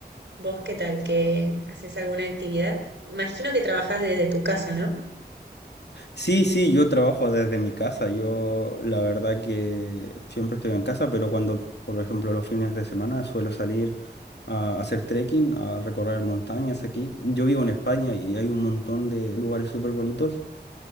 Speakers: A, on the right; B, on the left.
A: ¿Vos qué tal? ¿Que haces alguna actividad? Imagino que trabajás desde tu casa, ¿no?
B: Sí, sí, yo trabajo desde mi casa. Yo la verdad que siempre estoy en casa, pero cuando, por ejemplo, los fines de semana suelo salir a hacer trekking, a recorrer montañas aquí. Yo vivo en España y hay un montón de lugares súper bonitos.